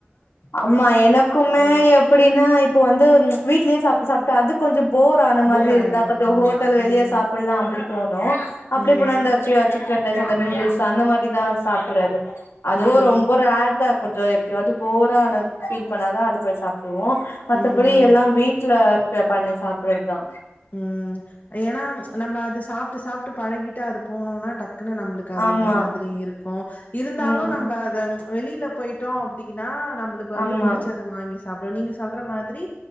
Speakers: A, on the left; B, on the left.
A: ஆமா எனக்குமே
B: ஆமா
A: எ எப்டின்னா இப்ப வந்து வீட்லயே சாப்ட்டு சாப்ட்டு அது கொஞ்ச போர் அந்ல மாதிரி
B: போர்
A: இருந்தா
B: ஆயிடு
A: கொஞ்ச
B: ஆமா
A: ஹோட்டல் வெளியே
B: ம்
A: சாப்பிட்லாம் அப்டி போனோ அப்டி
B: ம்
A: போனா இந்த சிக்கன் ரைஸ் அந்த நூடுல்ஸ் அந்த மாதிரிதான் சாப்டடுறது அதுவும்
B: ம்
A: ரொம்ப ரார் தான் கொஞ்ச எப்பயா போரா ஃபீல் பண்ணாதான் அது போய் சாப் ஒ மத்தபடி
B: ம். ம்.
A: எல்லாம் வீட்ல பண்ணி சாப்பிடுறதுதா
B: ம் ஏனா நம்ம அது சாப்ட்டு சாப்ட்டு பழகிட்டு அது போனோம்னா டக்குன்னு நம்மளுக்கு அது
A: ஆமா
B: ஒரு மாதிரி இருக்கும் இருந்தாலும்
A: ம்
B: நம்ம அத வெளில போயிட்டோம் அப்டின்னா நம்மளுக்கு வந்து
A: ஆமா
B: புடிச்சது வாங்கி சாப்பிட நீங்க சொல்ற மாதிரி